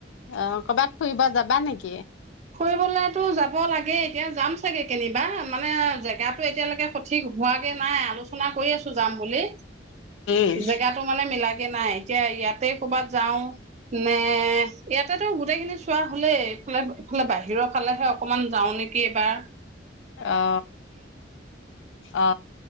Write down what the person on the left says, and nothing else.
অ কৰ'ৰবাত ফুৰিব যাবা নেকি
উম,
অ অ